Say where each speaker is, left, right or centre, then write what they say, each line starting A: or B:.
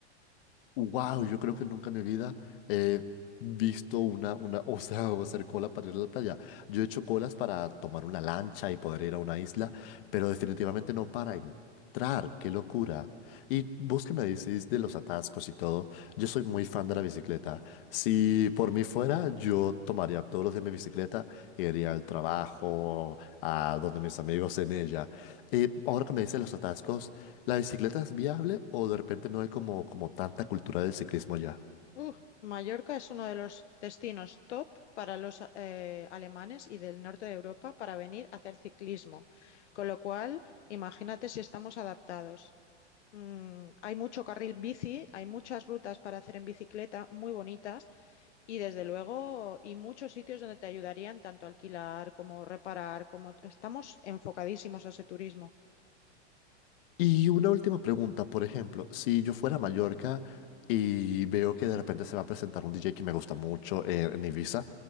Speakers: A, on the left; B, on the left.
A: Wow, yo creo que nunca en mi vida he visto una, una, <laughs> o sea, o hacer cola para ir a la playa. Yo he hecho colas para tomar una lancha y poder ir a una isla, pero definitivamente no para entrar. ¡Qué locura! Y vos que me decís de los atascos y todo, yo soy muy fan de la bicicleta. Si por mí fuera, yo tomaría todos los días mi bicicleta, iría al trabajo, a donde mis amigos en ella. Y ahora que me dices los atascos, ¿La bicicleta es viable o de repente no hay como, como tanta cultura del ciclismo ya?
B: Uh, Mallorca es uno de los destinos top para los eh, alemanes y del norte de Europa para venir a hacer ciclismo. Con lo cual, imagínate si estamos adaptados. Mm, hay mucho carril bici, hay muchas rutas para hacer en bicicleta muy bonitas y desde luego y muchos sitios donde te ayudarían tanto a alquilar como reparar, como estamos enfocadísimos a ese turismo.
A: Y una última pregunta, por ejemplo, si yo fuera a Mallorca y veo que de repente se va a presentar un DJ que me gusta mucho en, en Ibiza,